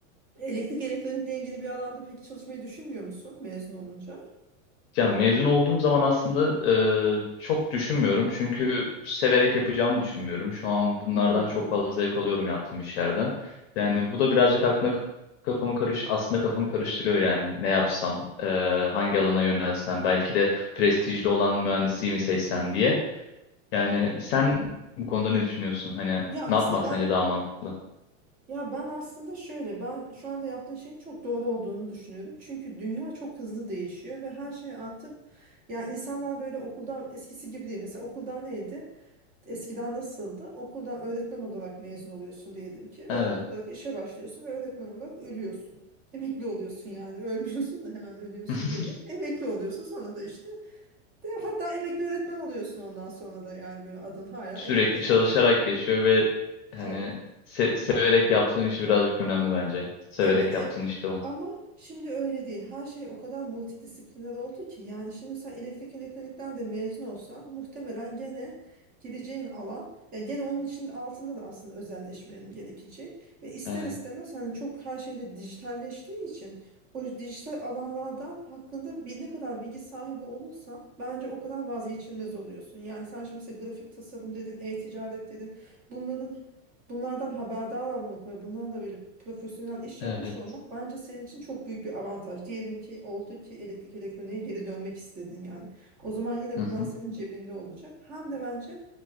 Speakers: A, on the right; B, on the left.
A: Elektrik elektronikle ilgili bir alanda peki çalışmayı düşünmüyor musun mezun olunca?
B: Ya mezun olduğum zaman aslında e, çok düşünmüyorum. Çünkü severek yapacağımı düşünmüyorum. Şu an bunlardan
A: Hmm.
B: çok fazla zevk alıyorum yaptığım işlerden. Yani bu da birazcık aklına kafamı karış aslında kafamı karıştırıyor yani. Ne yapsam, e, hangi alana yönelsem, belki de prestijli olan mühendisliği mi seçsem diye. Yani sen bu konuda ne düşünüyorsun? Hani
A: Ya
B: ne
A: aslında
B: yapmak
A: ben
B: sence daha mantıklı?
A: ya ben aslında şöyle ben şu anda yaptığın şeyin çok doğru olduğunu düşünüyordum. Çünkü dünya çok hızlı değişiyor ve her şey artık ya insanlar böyle okuldan eskisi gibi değil. Mesela okuldan neydi? Eskiden nasıldı? Okuldan öğretmen olarak mezun oluyorsun diyelim ki. Öğretmen
B: Evet.
A: olarak işe başlıyorsun ve öğretmen olarak ölüyorsun. Emekli oluyorsun yani ölmüyorsun da hemen ölüyorsun
B: <laughs>
A: demeyeyim. Emekli oluyorsun sonra da işte hatta emekli öğretmen oluyorsun ondan sonra da yani böyle adın hala
B: sürekli
A: emekli öğretmen.
B: çalışarak geçiyor ve hani
A: Evet.
B: se- severek yaptığın işi birazcık önemli bence. Severek
A: Evet, e-
B: yaptığın işte onu.
A: ama şimdi öyle değil. Her şey o kadar multidisipliner oldu ki yani şimdi sen elektrik elektronikten de mezun olsan muhtemelen gene gideceğin alan yani gene onun için altında da aslında özelleşmen gerekecek ve ister
B: Evet,
A: istemez hani çok her şeyde dijitalleştiği için o dijital alanlardan hakkında bir, ne kadar bilgi sahibi olursan bence o kadar vazgeçilmez oluyorsun. Yani sen şimdi mesela grafik tasarım dedin, e-ticaret dedin. Bunların Bunlardan haberdar olmak ve bunlarla da böyle profesyonel iş
B: evet.
A: yapmış olmak bence senin için çok büyük bir avantaj. Diyelim ki oldu ki elektrik elektroniğe geri dönmek istedin yani. O zaman yine
B: Hı
A: bunlar
B: hı.
A: senin cebinde olacak. Hem de bence